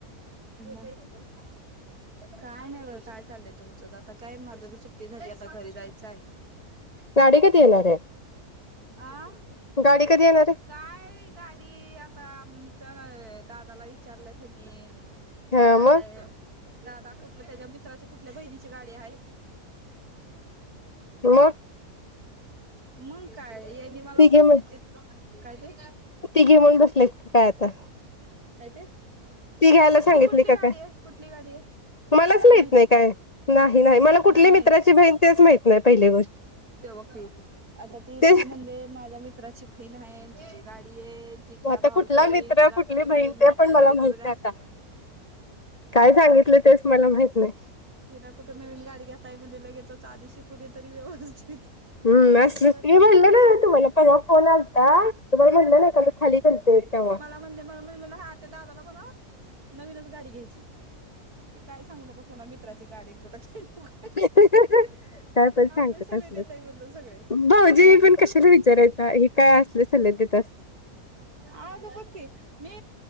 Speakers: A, on the right (about 85°); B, on the left (about 35°).
A: घ
B: <unintelligible>
A: काय नाही बं काय चाललंय तुमचंच आता काय माझं बी सुट्टीसाठी आता घरी जायचं आहे
B: गाडी कधी येणार आहे
A: अं
B: गाडी कधी येणार आहे
A: काय गाडी आता आमच्या ना दादाला विचारलं त्यांनी
B: हा
A: ते काय
B: मग
A: दादा कुठल्या त्याच्या मित्राची कुठल्या बहिणीची गाडी आहे
B: मग
A: मग काय मला
B: तिघे
A: फोन
B: म्हण
A: का काय ते
B: तिघे म्हणून बसलेत काय आता
A: काय ते
B: ती घ्यायला
A: कुठली
B: सांगितली
A: कुठली
B: का
A: गाडी
B: काय
A: आहे कुठली गाडी आहे.
B: मलाच
A: तुला
B: माहित
A: माहिती?
B: नाही
A: आहे
B: काय नाही मला कुठली
A: नाही नाही
B: मित्राची बहीण तेच माहित नाही पहिली गोष्ट
A: ते बघ आता ती
B: ते
A: तर म्हणजे माझ्या मित्राची बहीण आहे. गाडी येन तिघ्या
B: आता
A: भाऊजी
B: कुठला मित्र
A: तिला
B: कुठली
A: कुठं
B: बहीण
A: नवीन
B: ते
A: घेतायला
B: पण मला
A: घेेत
B: माहित
A: ग
B: नाही आता काय सांगितलं तेच मला माहित नाही
A: हे ना कुठे नवीन गाडी घेताय म्हणणे लगेच आधीशी कुदे तरी व्यवस्थित
B: हम्
A: मग
B: असल
A: परत
B: की म्हणलं नाही तुम्हाला परवा फोन आलता तुम्हाला म्हटलं नाही का मी खाली खते तेव्हा
A: म्हण म्ह हा त्या दादाला बण नवीनच गाडी घ्यायची तेी काय सांगू नकसो नाला मित्राची गाडी कुठ का
B: <unintelligible> त्या पण सांगतस
A: बसायला देताय म्हणलं सगळे
B: भाऊजी
A: मग
B: पण कशाला विचारायचा काय असले सले देत असत
A: आग बकी मी